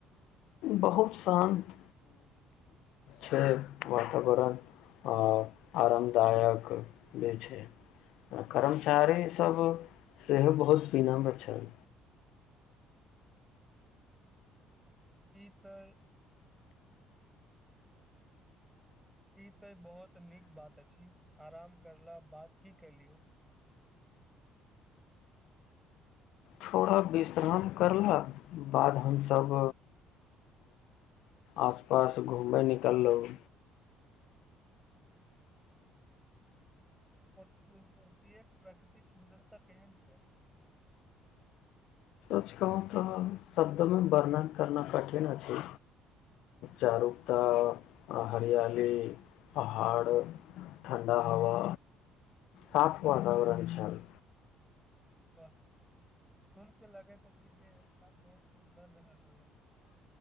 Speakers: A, on the left; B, in the centre.
A: बहुत शान्त छै वातावरण आओर आरामदायक भी छै कर्मचारीसभ सेहो बहुत पीना छल
B: ई तऽ ई तऽ बहुत नीक बात अछि आराम करला बात की कलियौ
A: थोड़ा विश्राम करलक बाद हमसभ आस पास घूमय निकललहुँ
B: तेक प्राकृतिक सुन्दरता केहन छ
A: आजकल तऽ शब्दमे वर्णन करना कठिन अछि चारुता हरियाली पहाड़ ठण्डा हवा साफ वातावरण छल
B: वाह सुन के लगैत छी जे स्थान बहुत सुन्दर रहल होइ